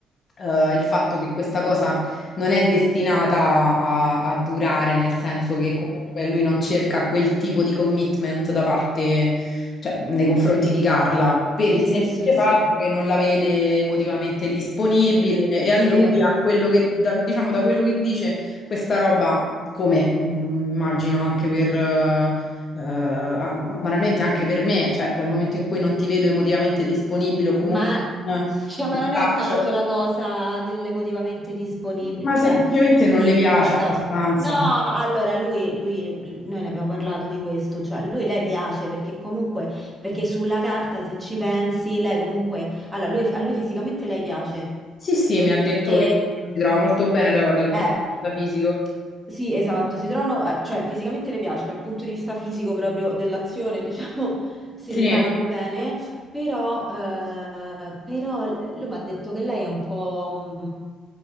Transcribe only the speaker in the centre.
Mm.
Sì,
sì, sì,
sì,
ma,
cioè, ma
non
è tanto la cosa dell'emotivamente disponibile,
cioè,
guarda,
no, allora lui, lui, noi ne abbiamo parlato di questo, cioè, lui, lei piace perché comunque, perché sulla carta se ci pensi, lei comunque, allora, lui, a lui fisicamente lei piace,
e,
eh,
Sì, esatto, si trovano, eh, cioè fisicamente le piace dal punto di vista fisico proprio dell'azione, <laughs> diciamo, si
trovano bene, però, eh, però l- lui mi ha detto che lei è un po',